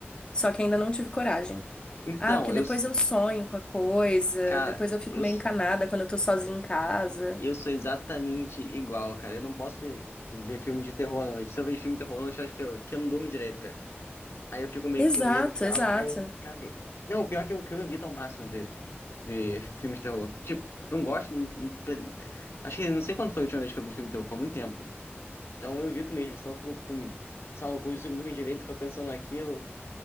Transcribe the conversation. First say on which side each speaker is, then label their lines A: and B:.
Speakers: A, on the left; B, on the left.
A: só que ainda não tive coragem.
B: Então,
A: Ah, porque
B: eu,
A: depois
B: s-
A: eu sonho com a coisa,
B: cara,
A: depois eu fico
B: eu,
A: meio
B: s-
A: encanada quando eu tô sozinha em casa.
B: eu sou exatamente igual, cara. Eu não posso ver, ver filme de terror à noite. Se eu vejo filme de terror à noite, eu acho que eu, que eu não durmo direito, cara. Aí eu fico meio
A: Exato,
B: com medo e tal.
A: exato.
B: Aí eu, cara, que- não, o pior é que eu, que eu evito ao máximo ver, ver filme de terror. Tipo, não gosto, não- não- acho que não sei quando foi a última vez que eu vi filme de terror, foi há muito tempo. Então eu evito mesmo, senão eu fico com, sei lá, não consigo dormir direito, fico pensando naquilo.